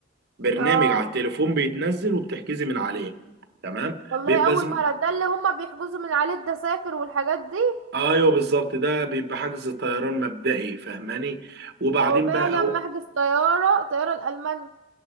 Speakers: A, on the right (about 55°); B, on the right (about 75°).
A: برنامج
B: اه
A: على التليفون بيتنزل وبتحجزي من عليه تمام
B: والله
A: بيبقى
B: اول
A: زم...
B: مره ده اللي هما بيحجزوا من عليه الدساكر والحاجات دي
A: ايوه بالظبط ده بيبقى حجز طيران مبدئي فاهماني وبعدين
B: او بقى
A: بقى
B: لما
A: أو...
B: احجز طياره طياره الالمان